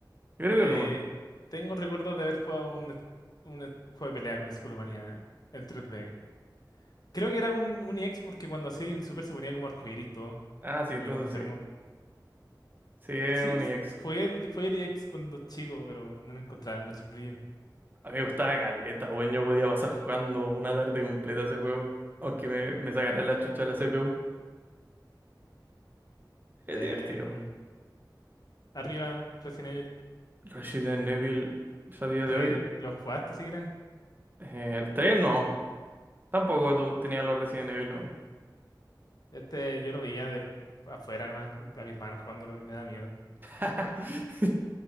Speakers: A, on the right (about 25°); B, on the left (about 60°).
A: yo creo
B: Eh,
A: que el uno,
B: tengo recuerdo de haber jugado un, un juego de pelea con Skullmania en 3D. Creo que era un, un EX porque cuando hacía un super se ponía como arcoíris todo.
A: ah, sí,
B: Se
A: entonces
B: ponía como enfermo.
A: sí, sí, es
B: Eh, sí,
A: un
B: s-
A: X.
B: jugué el, jugué el EX cuando chico, pero no le encontraba mucho el brillo.
A: A mí me gustaba Galeta, weón, yo podía pasar jugando una tarde completa ese juego, aunque me, me sacara la chucha de la CPU, es
B: Em,
A: divertido.
B: arriba, Resident Evil
A: Resident Evil, ya a día
B: tres
A: de hoy,
B: ¿Lo jugaste siquiera?
A: eh, el 3 no. Tampoco tú tenías los Resident Evil, man.
B: Este yo lo veía de afuera nomás, como a mi hermano jugándolo y me da miedo.
A: <laughs> A